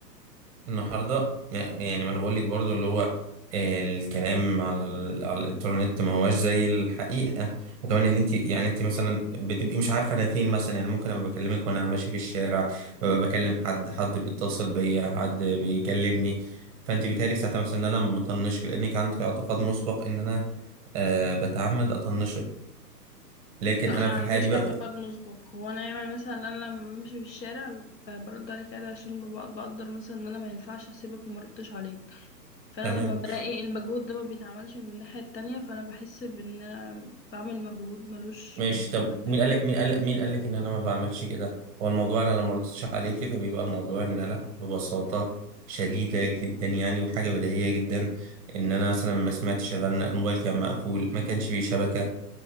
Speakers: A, on the right; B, on the left.
A: النهارده يعني ما انا بقول لك برضو اللي هو آه، الكلام على, ال... على الانترنت ما هواش زي الحقيقه وكمان ان انت يعني انت مثلا بتبقي مش عارفه انا فين مثلا يعني ممكن ابقى بكلمك وانا ماشي في الشارع ببقى بكلم حد حد بيتصل بيا حد بيكلمني فانت بيتهيألك ساعتها مثلا ان انا مطنشك لانك عندك اعتقاد مسبق ان انا أه بتعمد اطنشك لكن
B: لا
A: انا
B: ما
A: في
B: عنديش
A: الحقيقه دي ببقى
B: اعتقاد مسبق هو انا يعني مثلا انا لما بمشي في الشارع ب- برد عليك عادي عشان ببقى- بقدر مثلا ان انا ما ينفعش اسيبك وما ردتش عليك فانا
A: تمام
B: لما بلاقي المجهود ده ما بيتعملش من الناحية التانية فانا بحس بان انا بعمل مجهود ملوش
A: ماشي
B: مقابل
A: طب مين
B: يعني
A: قال لك مين قال مين قال لك ان انا ما بعملش كده هو الموضوع انا لو ما ردتش عليكي فبيبقى الموضوع ان انا ببساطه شديده جدا يعني وحاجه بديهيه جدا ان انا مثلا ما سمعتش الرنه الموبايل كان مقفول ما كانش فيه شبكه